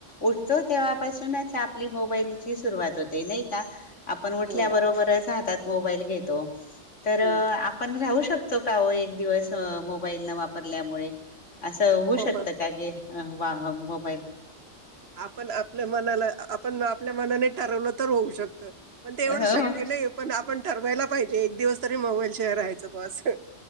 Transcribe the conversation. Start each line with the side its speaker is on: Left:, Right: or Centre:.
Left: उठतो जेव्हा पासूनच आपली मोबाईलची सुरुवात होते, नाही का? आपण उठल्या
Right: हो
Left: बरोबरच हातात मोबाईल घेतो, तर
Right: हम्म
Left: आपण राहू शकतो. <unintelligible> का एक दिवस मोबाईल न वापरल्यामुळे असं होऊ
Right: मोबाईल
Left: शकतं, का की <unintelligible> मोबाईल.
Right: आपण आपल्या मनाला आपण आपल्या मनाने ठरवलं, तर होऊ शकतं. पण ते एवढं
Left: हो
Right: शक्य नाही, पण आपण ठरवायला पाहिजेच. एक दिवस तरी मोबाईल शिवाय राहायचं बसं.